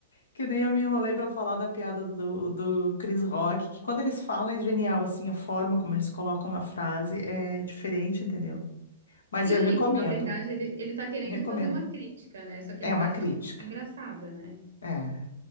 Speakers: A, on the left; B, on the right.
A: Que nem eu me enrolei pra falar da piada do, do Chris Rock, que quando eles falam é genial, assim, a forma como eles colocam na frase é diferente, entendeu? Mas
B: Sim,
A: eu recomendo,
B: e que na verdade ele, ele tá querendo
A: eu recomendo.
B: fazer uma crítica, né? Só que
A: É
B: ele faz
A: uma crítica.
B: uma crítica engraçada, né?
A: É,